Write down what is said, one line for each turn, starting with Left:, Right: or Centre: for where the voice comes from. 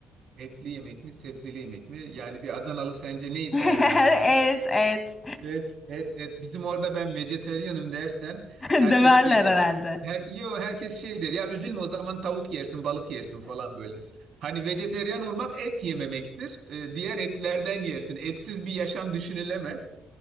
Right: Etli yemek mi, sebzeli yemek mi? Yani bir Adanalı sence
Left: <laughs>
Right: neyi tercih edebilir?
Left: Evet, evet.
Right: Evet. Evet, evet. Bizim orada ben vejeteryanım dersen
Left: <laughs>
Right: herkes
Left: Döverler
Right: şey der.
Left: herhalde.
Right: Her, yo, herkes şey der. Ya üzülme o zaman tavuk yersin, balık yersin falan böyle. Hani vejeteryan olmak et yememektir. Ee, diğer etlerden yersin. Etsiz bir yaşam düşünülemez.